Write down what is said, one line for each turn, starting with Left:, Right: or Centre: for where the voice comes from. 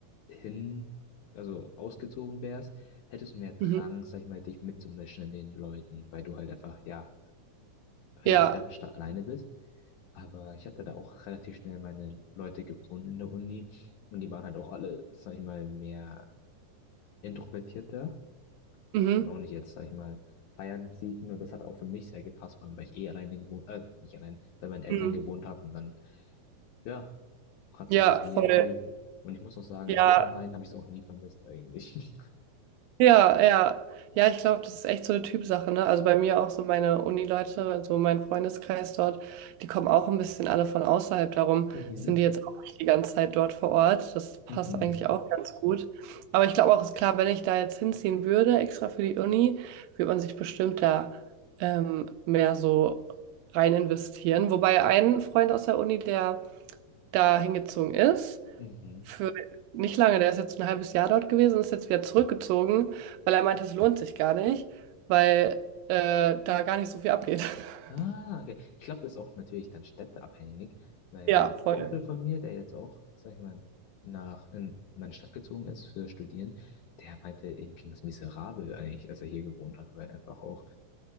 Left: hin, also ausgezogen wärst, hättest du mehr Drang,
Right: Mhm.
Left: sag ich mal, dich mitzumischen in den Leuten, weil du halt einfach, ja, in
Right: Ja,
Left: einer fremden Stadt alleine bist. Aber ich hatte da auch relativ schnell meine Leute gefunden in der Uni. Und die waren halt auch alle, sag ich mal, mehr introvertierter
Right: mhm.
Left: und auch nicht jetzt, sag ich mal, feiern, siegen. Und das hat auch für mich sehr gepasst, vor allem, weil ich eh alleine gewohnt, äh, nicht alleine, bei meinen Eltern
Right: Mhm.
Left: gewohnt habe. Und dann, ja, hat
Right: Ja,
Left: sich das nie
Right: voll.
Left: ergeben. Und ich muss auch sagen,
Right: Ja,
Left: im Nachhinein habe ich es auch nie vermisst eigentlich. <laughs>
Right: ja, ja. Ja, ich glaube, das ist echt so eine Typsache, ne? Also bei mir auch so meine Uni-Leute, also mein Freundeskreis dort, die kommen auch ein bisschen alle von außerhalb. Darum
Left: Mhm,
Right: sind die jetzt auch nicht die ganze Zeit dort vor Ort. Das passt
Left: mhm,
Right: eigentlich auch ganz gut. Aber ich glaube auch, ist klar, wenn ich da jetzt hinziehen würde, extra für die Uni, würde man sich bestimmt da ähm, mehr so rein investieren. Wobei ein Freund aus der Uni, der da hingezogen ist,
Left: mhm.
Right: für nicht lange, der ist jetzt ein halbes Jahr dort gewesen und ist jetzt wieder zurückgezogen, weil er meinte, es lohnt sich gar nicht, weil äh, da gar nicht so viel abgeht. <laughs>
Left: Ah, okay. Ich glaube, das ist auch natürlich dann städteabhängig, weil
Right: Ja,
Left: mein
Right: voll.
Left: Kumpel von mir, der jetzt auch, sag ich mal, nach in meine Stadt gezogen ist für Studieren, der meinte, ihm ging es miserabel eigentlich, als er hier gewohnt hat, weil einfach auch,